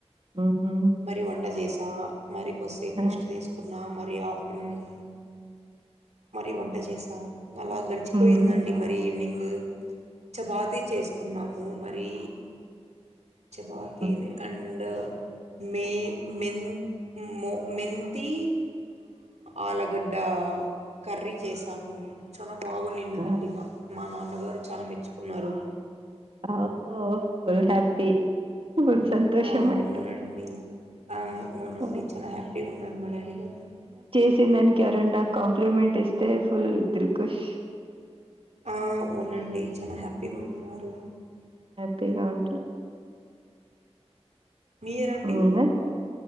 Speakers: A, on the right; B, on the right.
A: ఉహు
B: మరి వంట చేసా మరి కొసేపు
A: ఆ
B: రెస్ట్ తీసుకున్నా మ మరి ఆఫ్టర్నూన్ మరి వంట చేశా అలా గడిచిపోయిందండి
A: ఉహు
B: మరి ఈవినింగ్ చపాతీ చేసుకున్నాము మరి చపాతీని
A: ఉహు
B: అండ్ మే మెన్ మో మెంతి ఆలగడ్డ కర్రీ చేసాము చన్న బాగు నిన్నదండి
A: ఆ
B: మా మా నాన్నగారు చాలా మెచ్చుకున్నారు
A: ఆ ఫుల్ హ్యాపీ ఫుల్ సంతోషం
B: ఆ!
A: అయితే
B: అవునండి ఆ అవునండి
A: ఆ,
B: చాలా హ్యాపీగున్నారు మా డాడీ వాళ్ళు
A: వచ్చిన్ దానిక్ ఎవన్న కాంప్లిమెంట్ ఇస్తే ఫుల్ దిల్కుష్
B: ఆ అవునండి చాలా హ్యాపీగున్నారు.
A: తేగా అంటు
B: మీరండి?
A: మీన